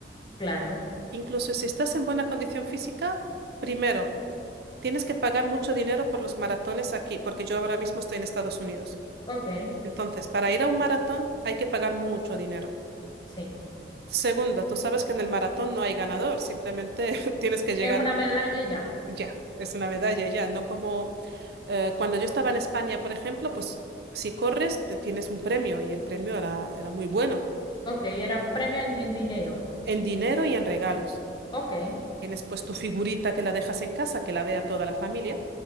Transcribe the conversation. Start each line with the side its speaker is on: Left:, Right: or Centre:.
Left: claro.
Right: Incluso si estás en buena condición física, primero, tienes que pagar mucho dinero por los maratones aquí, porque yo ahora mismo estoy en Estados Unidos.
Left: Ok,
Right: Entonces, para ir a un maratón hay que pagar mucho dinero.
Left: sí.
Right: Segundo, tú sabes que en el maratón no hay ganador, simplemente <laughs> tienes que llegar
Left: Es una medalla y ya.
Right: ya, es una medalla ya, no como eh, cuando yo estaba en España, por ejemplo, pues si corres te tienes un premio y el premio era, era muy bueno,
Left: Ok, era premio en, en dinero.
Right: en dinero y en regalos.
Left: Ok,
Right: Tienes pues tu figurita que la dejas en casa, que la vea toda la familia